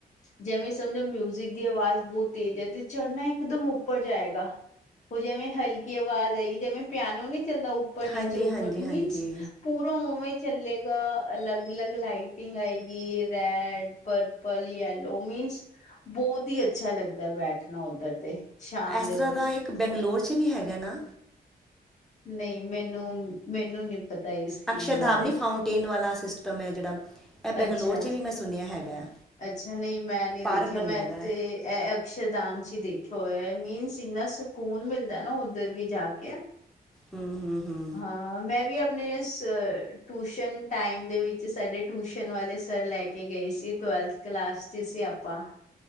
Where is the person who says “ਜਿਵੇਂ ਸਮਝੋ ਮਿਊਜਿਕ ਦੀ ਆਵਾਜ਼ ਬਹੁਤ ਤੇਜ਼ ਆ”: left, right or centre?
Left